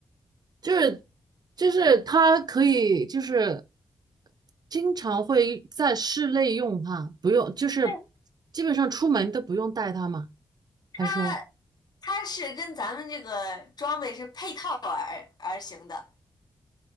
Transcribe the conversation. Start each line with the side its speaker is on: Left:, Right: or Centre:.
Right: 就是就是它可以就是经常会在室内用哈，不用就是
Left: 对，
Right: 基本上出门都不用带它嘛。他说。
Left: 它它是跟咱们这个装备是配套而而行的。